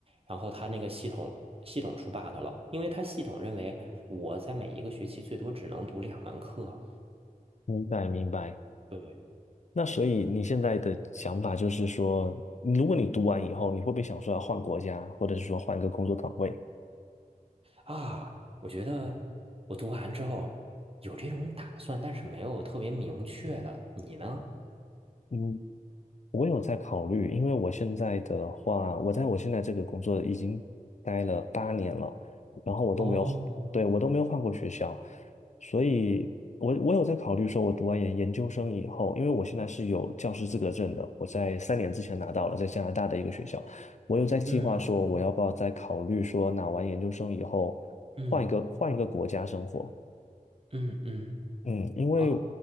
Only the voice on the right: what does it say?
然后他那个系统系统出 bug 了，因为他系统认为我在每一个学期最多只能读两门课。
对。不对？
啊，我觉得我读完之后有这种打算，但是没有特别明确的。你呢？
哦，
嗯
嗯嗯嗯，
啊